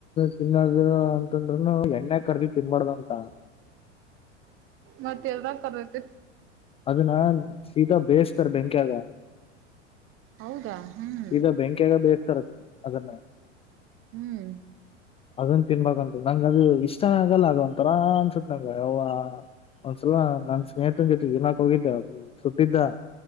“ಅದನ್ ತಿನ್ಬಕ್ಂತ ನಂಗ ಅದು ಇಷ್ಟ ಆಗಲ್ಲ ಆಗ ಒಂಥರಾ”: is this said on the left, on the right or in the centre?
Left